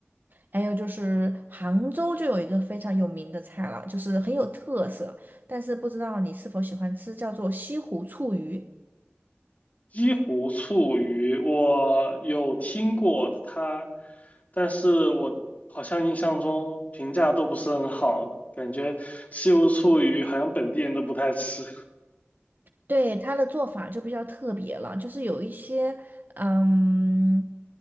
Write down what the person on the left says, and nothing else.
西湖醋鱼，我有听过它，但是我好像印象中评价都不是很好，感觉西湖醋鱼好像本地人都不太吃。